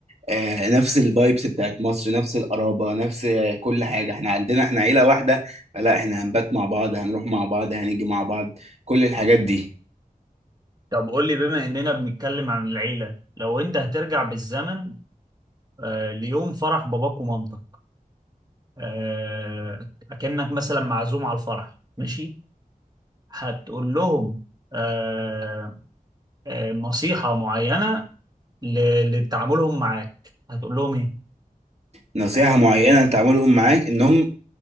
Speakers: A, on the right; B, on the right.
A: آه، نفس الفايبس بتاعت مصر نفس القرابة نفس كل حاجة احنا عندنا احنا عيلة واحدة فلا احنا هنبات مع بعض هنروح مع بعض هنيجي مع بعض كل الحاجات دي
B: طب قول لي بما إننا بنتكلم عن العيلة لو أنت هترجع بالزمن آه ليوم فرح باباك ومامتك آه أكنك مثلا معزوم على الفرح ماشي هتقول لهم آه آه نصيحة معينة ل- لتعاملهم معاك هتقول لهم إيه؟
A: نصيحة معينة تعملهم معاك انهم